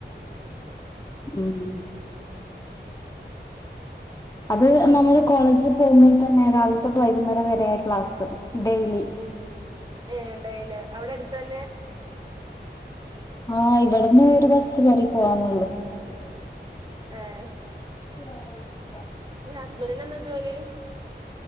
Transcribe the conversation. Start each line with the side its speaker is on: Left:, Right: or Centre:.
Right: <unintelligible>
Left: ഉം ഉം അത് നമ്മള് കോളേജിൽ പോകുമ്പോൾ തന്നെ രാവിലത്തെട്ട് വൈകുന്നേരം വരെയാ ക്ലാസ് ഡെയിലി.
Right: ഏഹ് ഡൈലി. അവിടെ അടുത്തന്നെ
Left: ആഹ് ഇവിടുന്ന് ഒരു ബസ് കേറി പോവാനുള്ളു
Right: ഏഹ്
Left: <inaudible>
Right: നി ഹസ്ബന്റിനെന്താ ജോലി